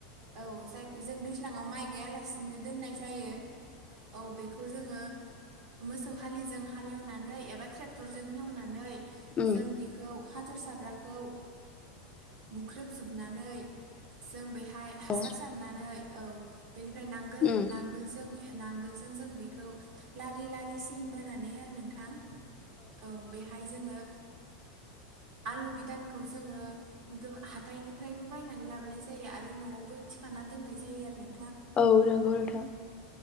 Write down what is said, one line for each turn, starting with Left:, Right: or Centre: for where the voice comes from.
Right: औ जायखौ जों दै दैलाङाव माइ गायालासिनो दोननाय जायो औ बेखौ जोङो मोसौ हालिजों हालेवनानै एबा ट्रेक्टरजों हेवनानै जों
Left: उम
Right: बेखौ हाथर साफ्राखौ बुख्रेबजोबनानै जों बेहाय हासार
Left: औ
Right: सारनानै औ बेनिफ्राय नांगोल
Left: उम
Right: नांगोलजों नांगोलजों जों बेखौ लारि लारि सिन बोनानै आरो नोंथां औ बेहाय जोङो आलु बिदानखौ जो जोङो हाथाइनिफ्रायबो बायनानै लाबोनाय जायो आरो न'आवबो थिखाना दोननाय जायो आरो नों
Left: औ नंगौ नोंथां